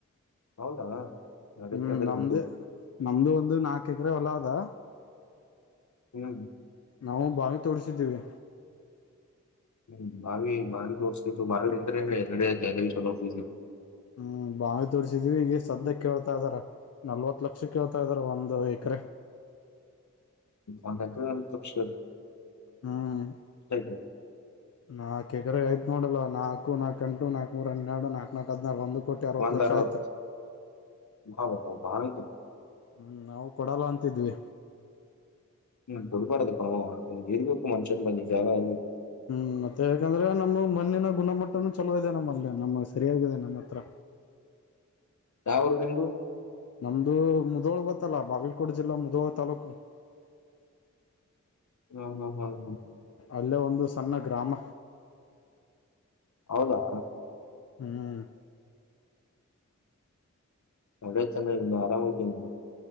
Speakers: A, on the left; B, on the left.
A: ಹೌದಾ ನಡತ್ತದೆ
B: ಹ್ಮ್ ನಮ್ದ
A: ಮುಂದು
B: ನಮ್ದು ಒಂದು ನಾಕು ಎಕರೆ ಹೊಲ ಅದ
A: ಹ್ಮ್
B: ನಾವು ಬಾವಿ ತೋರಿಸಿದ್ದೀವಿ.
A: ಹ್ಮ್ ಬಾವಿ ಬಾವ ತೋರಿಸತತ್ತು ಬಾವ ಇಂಟರ್ ನಡಿ ಆಯ್ತದಿ ಆಫೀಸ್
B: ಹ್ಮ್ ಬಾವಿ ತೋರ್ಸಿದೀವಿ ಈಗ ಸದ್ಯ ಕೇಳ್ತಾ ಇದಾರ ನಲ್ವತ್ ಲಕ್ ಕ್ಷಿ ಕೇಳ್ತಾ ಇದ್ರ ಒಂದು ಕ್ರೆ
A: ಒಂದ್ ಎಕ್ರೆ ನಲ್ಲಿ ಪಕ್ಷ
B: ಹ್ಮ್
A: <unintelligible> <unintelligible>
B: ನಾಕ್ ಎಕರೆ ಆಯ್ತ್ ನೋಡಲ್ಲ ನಾಕ ನಾಕಂಟು ನಾಕಕ್ ಮೂರುರ ಹೆರಡು ನಾಲ್ಕ ನಾಕ್ ಹದಿನಾರು ಒಂದು ಕೋಟಿ ಅರವತ್ತು
A: ಒಂದಾರತ್
B: ಲಕ್ಷ ಆಯ್ತು
A: ಬಬ ಭಾವತು
B: ಹ್ಮ್ ನಾವು ಕೊಡಲ್ಲ ಅಂತಿದ್ವಿ
A: ಹ್ಮ್ ಕುರಿಪಾಡದ ಪ ಇಗಕ್ಕ ಮನುಷನ್ ಬಂದ ಜಾಗ ಆ
B: ಹ್ಮ್ ಮತ್ತೆ ಯಾಕಂದ್ರೆ ನಮ ಮಣ್ಣಿನ ಗುಣಮಟ್ಟನು ಚಲೋ ಇದೆ ನಮ್ಮಲ್ಲಿ ನಮ್ಮ ಸರಿಯಾಗಿದೆ ನಮ್ಮ ಹತ್ರ
A: ಯಾವರು ನಿಮ್ದು
B: ನಮ್ದು ಮುದೋಳ ಗೊತ್ತಲ್ಲ ಬಾಗಲಕೋಟೆ ಜಿಲ್ಲಾ ಮುದೋಳ ತಾಲೂಕು
A: ಹ್ಮ ಹಾ ಹಾ
B: ಅಲ್ಲೇ ಒಂದು ಸನ್ನ ಗ್ರಾಮ
A: ಹೌದಾ
B: ಹ್ಮ್
A: ಹಳೆ ಚೆನ್ನಾಗಿ ನಿ ಆರಾಮ್ <unintelligible>